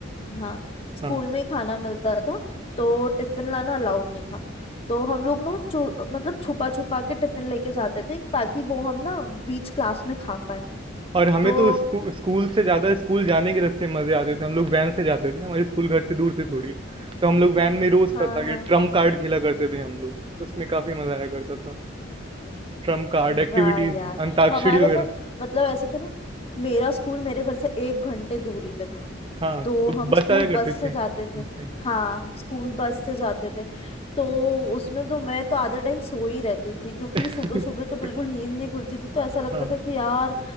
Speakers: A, on the left; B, on the right.
A: हाँ स्कूल
B: हाँ
A: में ही खाना मिलता था तो टिफिन लाना अलाउड नहीं था तो हम लोग ना चो मतलब छुपा छुपा के टिफिन लेके जाते थे ताकि वो हम ना बीच क्लास में खा पाए
B: और हमें
A: तो
B: तो स्कू, स्कूल से ज्यादा स्कूल जाने के रास्ते मजे आते थे हम लोग वैन से जाते थे हमारे स्कूल घर से दूर थे थोड़ी तो हम लोग वैन में रोज
A: हाँ
B: का टारगेट
A: हाँ
B: ट्रम्प कार्ड खेला करते थे हम लोग उसमें काफी मजा आया करता था ट्रम्प कार्ड
A: वाह
B: एक्टिविटीज
A: यार
B: अंताक्षरी
A: हमारा
B: वगैरह
A: तो मतलब ऐसा था ना मेरा स्कूल मेरे घर से एक घंटे दूरी पे था
B: हाँ
A: तो
B: तो
A: हम
B: बस
A: स्कूल
B: आया करते
A: बस से
B: थे
A: जाते थे
B: ओके
A: हाँ स्कूल बस से जाते थे तो उसमें तो मैं तो आधे टाइम सो ही रहती थी क्योंकि
B: <laughs>
A: सुबह सुबह तो बिल्कुल नींद नहीं खुलती थी तो ऐसा लगता
B: हाँ
A: था कि यार